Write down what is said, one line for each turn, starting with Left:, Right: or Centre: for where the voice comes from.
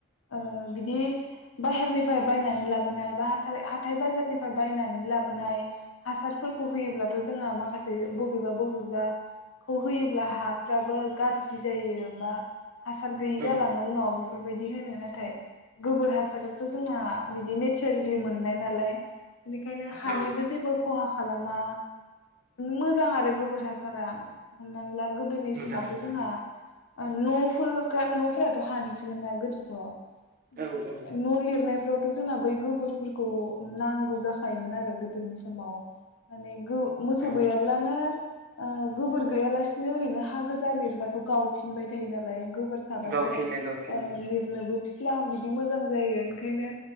Left: ओ बिदि बाहेरनिफ्राय बायनानै लाबोनाय बा हाथार हाथाय बाजारनिफ्राय बायनानै लाबोनाय हासारफोरखौ होयोब्लाथ' जोंहा माखासे बबेबा बबेबा खौ होयोब्ला हाफ्राबो गाज्रि जायो बा हासार गैयि जालाङो
Right: औ
Left: उनाव बेफ बायदि होनो नाथाय गोबोर हासा दानाथ' जोंना बिदिनो सोरलि मोननाय नालाय बेनिखायनो हानिबो
Right: औ
Left: जेबो खहा खालामा मोजां आरो गोबोर हासारा हमनानै ला गोदोनि
Right: मोजां
Left: समावथ'
Right: मोजां
Left: जोंहा न'फोर खा न'फोराथ' हानिसोमोनना गोदोथ' ओमफाय
Right: औ औ।
Left: न' लिरनायफ्रावथ' जोंना बै गोबोरफोरखौ नांगौ जाखायोमोन आरो गोदोनि समाव माने गौ मोसौ
Right: औ
Left: गैयाब्लानो ओ गोबोर गैयालासिनो ओरैनो हा गोजा लिरबाथ' गावफिनबाय थायो नालाय। गोबोर थाबासो
Right: गावफिनो गावफिनो
Left: ओ लिरनोबो फि फिला बिदि मोजां जायो ओंखायनो